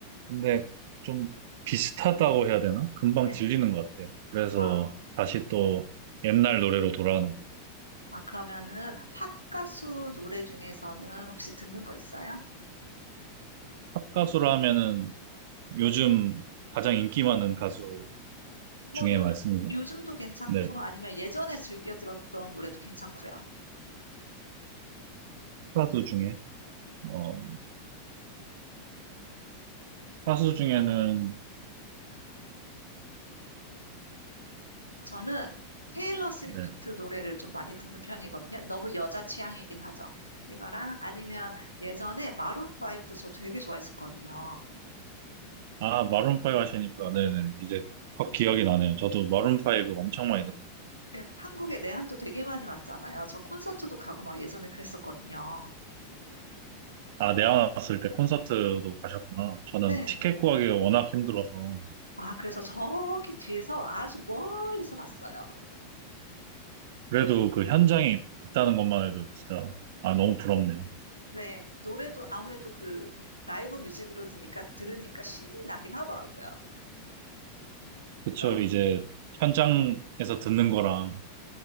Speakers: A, on the right (about 50°); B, on the left (about 90°).
A: 근데 좀 비슷하다고 해야 되나? 금방
B: 네.
A: 질리는 것 같아요. 그래서
B: 아,
A: 다시 또 옛날 노래로 돌아가는 것 같아요.
B: 아, 그러면은 팝 가수 노래 중에서는 혹시 듣는 거 있어요?
A: 팝 가수라 하면은 요즘 가장 인기 많은 가수
B: 뭐
A: 중에
B: 요즘,
A: 말씀이고,
B: 요즘도 괜찮고
A: 네,
B: 아니면 예전에 즐겨 들었던 노래도 괜찮고요.
A: 가수 중에, 어, 가수 중에는,
B: 저는 테일러 스위프트
A: 네,
B: 노래를 좀 많이 듣는 편이거든요. 너무 여자 취향이긴 하죠. 이거랑 아니면 예전에 마룬5도 저 되게 좋아했었거든요.
A: 아, 마룬파이브 하시니까, 네네, 이제 확 기억이 나네요. 저도 마룬파이브 엄청 많이 들었어요.
B: 네, 한국에 내한도 되게 많이 왔잖아요. 저 콘서트도 가고 막 예전에 그랬었거든요.
A: 아, 내가 왔을 때 콘서트도 가셨구나. 저는
B: 네.
A: 티켓 구하기가 워낙 힘들어서,
B: 아, 그래서 저기 뒤에서 아주 멀리서 봤어요.
A: 그래도 그 현장에 있다는 것만 해도 진짜, 아, 너무 부럽네요.
B: 네. 노래도 아무래도 그 라이브 뮤직으로 드니까 들으니까 신이 나긴 하더라고요.
A: 그쵸,
B: 그러면
A: 이제 현장에서 듣는 거랑,